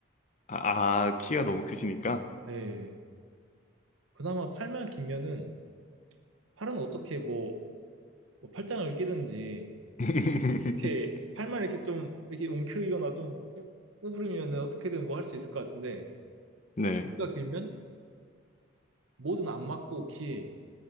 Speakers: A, on the left (about 35°); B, on the right (about 80°).
A: 아, 아, 키가 너무 크시니까.
B: 네. 그나마 팔만 길면은 팔은 어떻게 뭐, 뭐 팔짱을 끼든지
A: <laughs>
B: 이렇게 팔만 이렇게 좀 이렇게 움켜리거나 좀 꾸, 구부리면 어떻게든 뭐 할 수 있을 것 같은데
A: 네.
B: 다리가 길면 뭐든 안 맞고 키에